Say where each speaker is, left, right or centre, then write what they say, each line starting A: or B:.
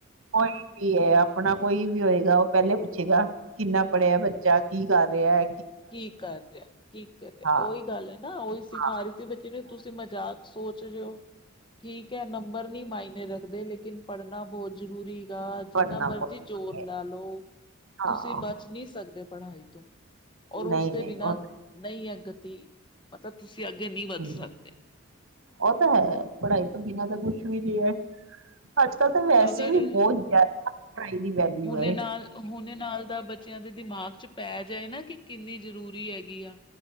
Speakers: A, on the right; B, on the left.
A: ਕੋਈ ਵੀ ਹੈ ਆਪਣਾ ਕੋਈ ਵੀ ਹੋਏਗਾ ਉਹ ਪਹਿਲੇ ਪੁੱਛੇਗਾ ਕਿੰਨਾ ਪੜ੍ਹਿਆ ਬਾ ੱਚਾ ਕੀ ਕਰ ਰਿਹਾ
B: ਕੀ ਕਰ ਰਿਹਾ ਕੀ ਕਰ ਰਿਹਾ
A: ਹਾਂ
B: ਉਹੀ ਗੱਲ ਹੈ ਨਾ ਉਹੀ ਸਿਖਾ
A: ਹਾਂ
B: ਰਹੀ ਸੀ ਬੱਚੇ ਨੂੰ ਤੁਸੀਂ ਮਜ਼ਾਕ ਸੋਚ ਰਿ ਹੋ ਠੀਕ ਨੰਬਰ ਨੀ ਮਾਇਨੇ ਰੱਖ ਦੇ ਲੇਕਨ ਪੜ੍ਹਨਾ ਬਹੁਤ ਜ਼ਰੂਰੀ ਗ ਜਿੰਨਾ
A: ਪੜ੍ਹਨਾ ਬਹੁਤ
B: ਮਰਜ਼ੀ ਜ਼ੋਰ
A: ਜ਼ਰੂਰੀ ਹੈ
B: ਲਾ ਲਓ ਤੁਸੀਂ
A: ਹਾਂ
B: ਬਚ ਨਹੀਂ ਸਕਦੇ ਪੜ੍ਹਾਈ ਤੋਂ ਔਰ ਉਸਦੇ
A: ਨਹੀਂ ਨਹੀਂ
B: ਬਿਨਾਂ
A: ਉਹ
B: ਨਹੀਂ ਅਗਤੀ ਮਤਲਬ ਤੁਸੀਂ ਅੱਗੇ ਨਹੀਂ ਵੱਧ
A: ਹਮ
B: ਸਕਦੇ
A: ਉਹ ਤਾਂ ਹੈ ਪੜ੍ਹਾਈ ਤੋਂ ਬਿਨਾਂ ਤੱਕ ਕੁਛ ਵੀ ਨਹੀਂ ਹੈ ਅੱਜ ਕੱਲ ਤਾਂ ਵੈਸੇ
B: ਅਗਰ
A: ਵੀ ਬਹੁਤ ਜ਼ਿਆਦਾ ਕੜ ਦੀ ਵੈਲਊ
B: ਹੁਣੇ
A: ਹੈ
B: ਨਾਲ ਹੁਣੇ ਨਾਲ ਦਾ ਬੱਚਿਆਂ ਦੇ ਦਿਮਾਗ 'ਚ ਪੈ ਜਾਏ ਨਾ ਕਿ ਕਿੰਨੀ ਜ਼ਰੂਰੀ ਹੈਗੀ ਆ